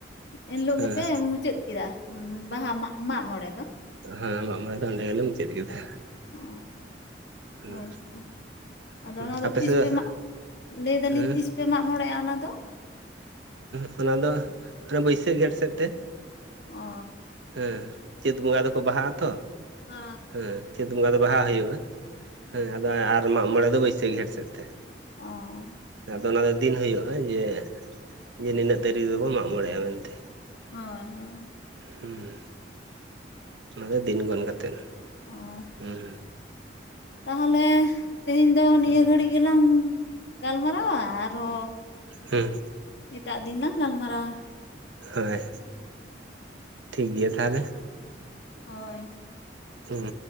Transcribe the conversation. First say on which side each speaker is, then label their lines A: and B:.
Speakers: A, on the left (about 70°); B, on the right (about 85°).
A: ᱮᱱᱦᱤᱞᱳᱜ
B: ᱦᱮᱸ
A: ᱜᱮᱯᱮ ᱢᱩᱪᱟᱹᱫ ᱠᱮᱫᱟ ᱵᱟᱦᱟ ᱢᱟᱜ ᱢᱟᱜ ᱢᱚᱬᱮ ᱫᱚ?
B: ᱦᱮ ᱢᱟᱜᱢᱚᱲᱮ ᱫᱚ ᱚᱰᱮ ᱜᱮᱞᱮ ᱢᱩᱪᱟᱹᱫ ᱠᱮᱫᱟ᱾
A: ᱚᱻ
B: ᱦᱮᱸ
A: ᱦᱳᱭᱛᱚ ᱟᱫᱚ
B: ᱦᱮᱸ
A: ᱚᱱᱟᱫᱚ
B: ᱟᱯᱮ
A: ᱛᱤᱥ
B: ᱥᱮᱫ
A: ᱯᱮ ᱢᱟ ᱞᱟᱹᱭ ᱫᱟᱞᱤᱧ
B: ᱦᱮᱸ
A: ᱛᱤᱥ ᱯᱮ ᱢᱟᱜ ᱢᱚᱬᱮᱜᱼᱟ ᱚᱱᱟᱫᱚ?
B: ᱦᱮᱸ ᱚᱱᱟ ᱫᱚ ᱦᱟᱱᱮ ᱵᱟᱹᱭᱥᱟᱹᱠᱷ ᱡᱮᱸᱴ ᱥᱮᱫ ᱛᱮ ᱾
A: ᱚ ᱾
B: ᱦᱮᱸ ᱪᱟ. ᱛ ᱵᱚᱸᱜᱟ ᱫᱚᱠᱚ ᱵᱟᱦᱟᱜᱼᱟ ᱛᱚ ᱾
A: <unintelligible>
B: ᱦᱮᱸ ᱪᱟᱹᱛ ᱵᱚᱸᱜᱟ ᱫᱚ ᱵᱟᱦᱟ ᱦᱩᱭᱩᱜᱼᱟ, ᱦᱮᱸ ᱟᱫᱚ ᱟᱨ ᱢᱟᱜ ᱢᱚᱬᱮ ᱫᱚ ᱵᱟᱹᱭᱥᱟᱹᱠᱷ ᱡᱷᱮᱸᱴ ᱥᱮᱫ ᱛᱮ᱾
A: ᱚᱸᱻ᱾
B: ᱟᱫᱚ ᱚᱱᱟ ᱫᱚ ᱫᱤᱱ ᱦᱩᱭᱩᱜᱼᱟ ᱡᱮ, ᱡᱮ ᱱᱤᱱᱟᱹᱜ ᱛᱟᱹᱨᱤᱠᱷ ᱫᱚᱵᱚᱱ ᱢᱟᱜ ᱢᱚᱬᱮᱜᱼᱟ ᱢᱮᱱᱛᱮ᱾
A: ᱦᱳᱭ ᱦᱳᱭ᱾
B: ᱦᱩᱸᱻ᱾ ᱚᱱᱟ ᱫᱚ ᱫᱤᱱ ᱜᱚᱱ ᱠᱟᱛᱮᱫ᱾
A: ᱚᱸ᱾
B: ᱦᱮᱸ
A: ᱛᱟᱦᱚᱞᱮ ᱛᱮᱦᱤᱧ ᱫᱚ ᱱᱤᱭᱟᱹ
B: ᱦᱮᱸ
A: ᱜᱷᱟᱹᱲᱤᱡ ᱜᱮᱞᱟᱝ ᱜᱟᱞᱢᱟᱨᱟᱣᱟ ᱟᱨᱚ,
B: ᱦᱮᱸ
A: ᱮᱴᱟᱜ ᱫᱤᱱ ᱞᱟᱝ ᱜᱟᱞᱢᱟᱨᱟᱣᱟ᱾
B: ᱦᱳᱭ, ᱴᱷᱤᱠ ᱜᱮᱭᱟ ᱛᱟᱦᱚᱞᱮ᱾
A: ᱦᱳᱭ᱾
B: ᱦᱩᱸ᱾